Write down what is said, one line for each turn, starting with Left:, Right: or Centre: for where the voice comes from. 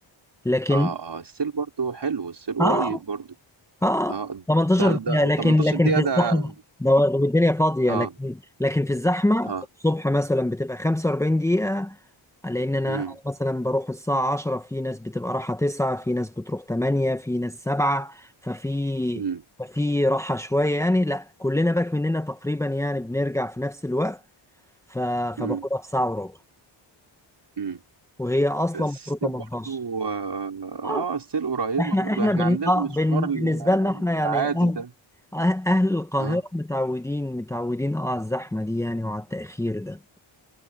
Centre: لكن
Right: اه اه السيل برضو حلو السيل قريب
Centre: اه
Right: برضو
Centre: اه
Right: اه
Centre: 18
Right: ده
Centre: دقيقة
Right: ده
Centre: لكن
Right: 18
Centre: لكن
Right: دقيقة
Centre: في
Right: ده
Centre: الزحمة
Right: <laughs>
Centre: دو... والدنيا فاضية
Right: اه
Centre: لكن لكن في الزحمة
Right: اه
Centre: الصبح مثلا بتبقى 45 دقيقة لان انا
Right: امم
Centre: أنا مثلا بروح الساعه 10 في ناس بتبقى رايحه 9 في ناس بتروح 8 في ناس 7 ففي
Right: امم
Centre: ففي راحه شويه يعني لا كلنا باك مننا تقريبا يعني بنرجع في نفس الوقت ف...
Right: امم
Centre: فباخدها في ساعه وربع
Right: امم
Centre: وهي اصلا
Right: السيل
Centre: المفروض 18
Right: برضو اه آه،
Centre: اه
Right: السيل قريبة
Centre: احنا
Right: برضو
Centre: احنا
Right: احنا
Centre: بن...
Right: عندنا
Centre: آه
Right: المشوار
Centre: بن...
Right: ال-
Centre: بالنسبه لنا احنا يعني
Right: العادي
Centre: اهل
Right: ده
Centre: أه- أهل القاهره
Right: اه
Centre: متعودين متعودين اه على الزحمه دي يعني وعلى التاخير ده